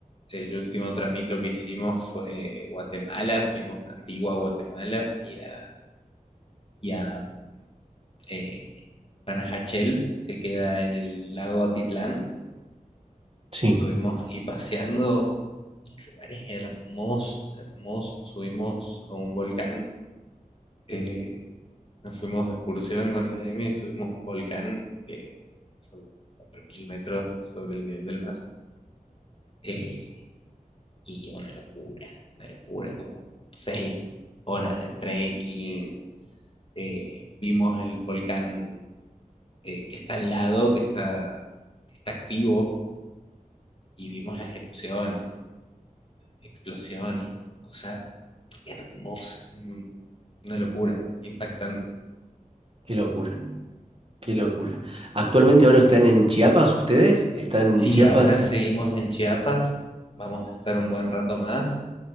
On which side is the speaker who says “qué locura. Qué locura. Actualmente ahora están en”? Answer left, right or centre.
Right